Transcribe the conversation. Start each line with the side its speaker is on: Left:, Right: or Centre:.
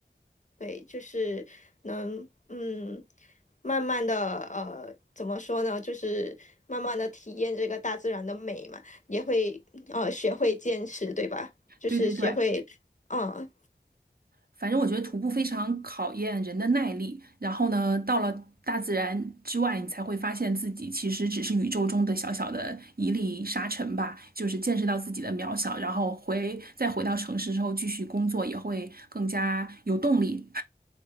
Left: 对，就是能嗯，慢慢的呃，怎么说呢？就是慢慢的体验这个大自然的美嘛，也会呃学会坚持，对吧？就是学会，
Right: 对对对，
Left: 嗯、
Right: 反正我觉得徒步非常考验人的耐力。然后呢，到了大自然之外，你才会发现自己其实只是宇宙中的小小的一粒沙尘吧，就是见识到自己的渺小。然后回再回到城市之后，继续工作也会更加有动力。